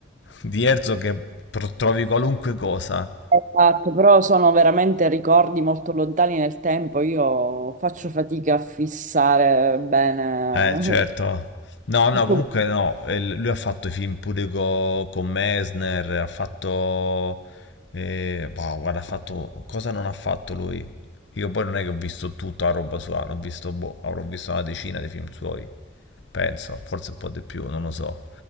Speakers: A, on the left; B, on the right.
A: di Herzog che pro- trovi qualunque cosa.
B: Esatto, però sono veramente ricordi molto lontani nel tempo. Io faccio fatica a fissare bene
A: Eh, certo. No, no,
B: <laughs>
A: comunque
B: tutto
A: no, eh, lui ha fatto i film pure co- con Messner, ha fatto... eh, boh, guarda, ha fatto... Cosa non ha fatto lui? Io poi non è che ho visto tutta la roba sua, ho visto, boh, avrò visto una decina di film suoi, penso, forse un po' di più, non lo so.